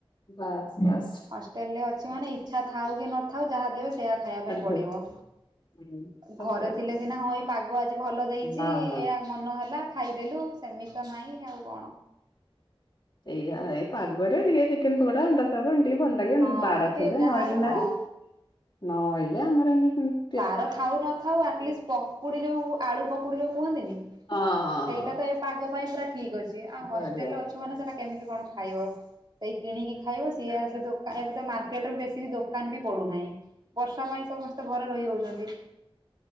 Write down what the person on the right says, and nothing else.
ହଷ୍ଟେଲରେ ଅଛି ମାନେ ଇଚ୍ଛା ଥାଉ କି ନଥାଉ ଯାହା ଦେବେ ସେଇଆ ଖାଇବା
ପାଇଁ ପଡିବ।
ଘରେ ଥିଲେ
ସିନା ହଁ ଏଇ ପାଗ ଆଜି ଭଲ ଦେଇଛି
ଏ ମନ ହେଲା ଖାଇଦେଲୁ ସେମିତି ତ ନାହିଁ ଆଉ କଣ।
ହଁ
ଟିକେ
ଯାହାହେଲେ
ହଁ।
ବାର ଥାଉ ନଥାଉ ଆଟଲିଷ୍ଟ ପକୁଡି ଯୋଉ ଆଳୁ ପକୁଡି ଯୋଉ କୁହନ୍ତିନି।
ସେଇଟା
ତ ଏ ପାଗ ପାଇଁ ପୁରା ଠିକ ଅଛି। ଆଉ ହଷ୍ଟେଲରେ
ଅଛୁ ମାନେ ସେଟା କେମିତି କଣ ଖାଇବ। ସେଇ କିଣିକି ଖାଇବ, ସିଏ ଆସି ଦୋ କାଇଁ, ଏବେତ ମାର୍କେଟରେ ବେଶିବି ଦୋକାନ ବି ପଡୁନାହିଁ। ବର୍ଷା ପାଇଁ ସମସ୍ତ ଘରେ ରହି ହଉଛନ୍ତି,